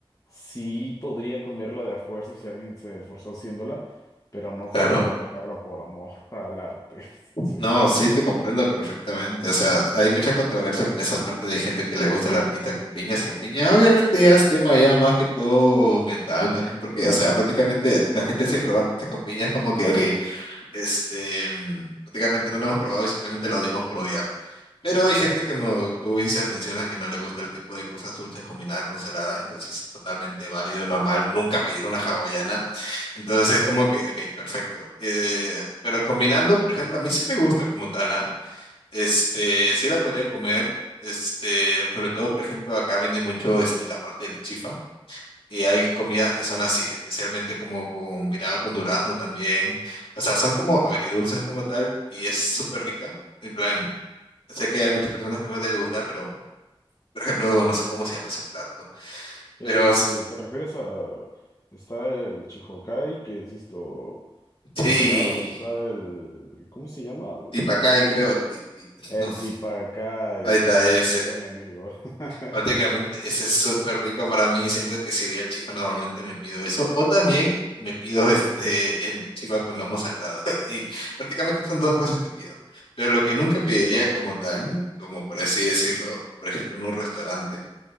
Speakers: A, on the left; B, on the left.
A: sí podría comerla de a fuerza si alguien se esforzó haciéndola, pero no
B: claro.
A: podría comerla por amor <laughs> al arte. Sí.
B: No, sí te comprendo perfectamente. O sea, hay mucha controversia con esa parte de gente que le gusta la pizza con piña, sin piña. Obviamente ya es tema ya más que todo mental también, porque, o sea, prácticamente la gente sin probar pizza con piña es como que, ok, este, mm, prácticamente no la hemos probado y simplemente la odiamos por odiar. Pero hay gente que, como tú dices, mencionas que no le gusta el tipo de cosas dulces combinadas con salada, entonces es totalmente válido, normal, nunca pedir una hawaiana. Entonces es como que, ok, perfecto. Eh, pero combinando, por ejemplo, a mí sí me gusta como tal, ¿ah? Este, sí la podría comer. Este, sobre todo, por ejemplo, acá vende mucho este, la parte del chifa. Y hay comidas que son así, especialmente como combinado con durazno también. O sea, son como agridulces como tal y es súper rica. En plan, sé que hay muchas personas que no les debe gustar, pero, por ejemplo, no sé cómo se llama ese plato.
A: El,
B: Pero s-
A: ¿te refieres a... Está el Chihokai, que es esto,
B: sí,
A: el salado, y está el... ¿Cómo se llama?
B: tipacay creo. ti- ti-
A: El
B: no,
A: Tipacay,
B: ahí está
A: Dios, mi
B: ese.
A: peor enemigo. <laughs>
B: Prácticamente ese es súper rico para mí. Siento que si voy al chifa normalmente me pido eso. O también me pido <laughs> este, el chifa con lomo saltado. <laughs> Y prácticamente son dos cosas que pido. Pero lo que nunca
A: Sí,
B: pediría
A: sabroso.
B: como tal, como por así decirlo, por ejemplo en un restaurante.